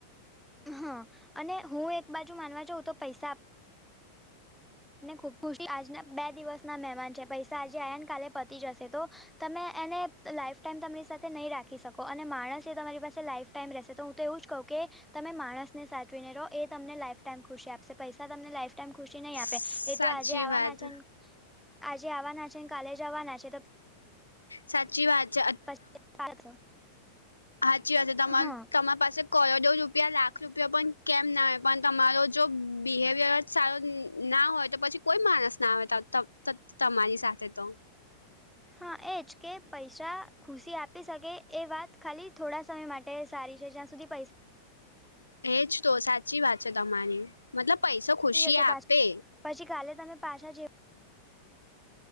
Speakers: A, in the centre; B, on the left.
A: હા અને હું એક બાજુ માનવા જાઉ તો પૈસા આપ મને ખુબ ખુશી આજના બે દિવસ ના મહેમાન છે પૈસા આજે આયાને કાલે પતી જશે તો તમે એને લાઈફ ટાઈમ તમારી સાથે નહી રાખી શકો અને માણસ એ તમારી પાસે લાઈફ ટાઈમ રહેશે તો હું તો એવું જ કહું કે તમે માણસને સાચવીને રહો એ તમને લાઈફ ટાઈમ ખુશી આપશે પૈસા તમને લાઈફ ટાઈમ ખુશી નહીં
B: સાચી
A: આપે એ તો આજે આવવાના
B: વાત
A: છે આજે આવવાના છે ને કાલેજ આવવાના છે તો
B: સાચી વાત છે
A: પછી
B: સાાચી વાત છે તમા
A: હા
B: તમારી પાસે. કરોડો રૂપિયા લાખ રૂપિયા પણ કેમ ના આવે પણ તમારો જો બિહેવિયર જ. સારું ના હોય તો પછી કોઈ માણસ ના આવે તમારી સાથે તો
A: હા એ જ કે પૈસા ખુશી આપી શકે એ વાત ખાલી થોડા સમય માટે તે સારી છે જ્યાં સુધી પૈસા
B: એજ તો સાચી વાત છે તમારી મતલબ પૈસા ખુશી
A: જશે
B: આપે
A: પાછા પછી કાલે તમે પાછા જે.